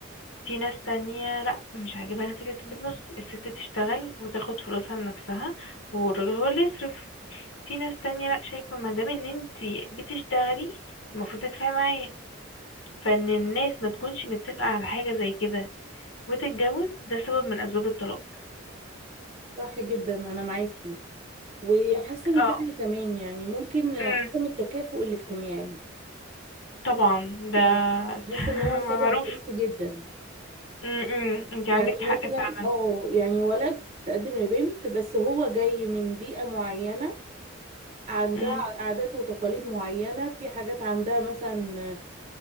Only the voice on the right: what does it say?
صح جدا انا معاكي وحاسه ان
في حاجه كمان يعني ممكن عدم
التكافؤ الاجتماعي
يعني
حاسه
ان هو سبب
رئيسي جدا
يعني
مثلا
اه يعني ولد تقدم لبنت بس هو جاي من بيئه معينه عندها
عادات وتقاليد معينه في حاجات عندها مثلا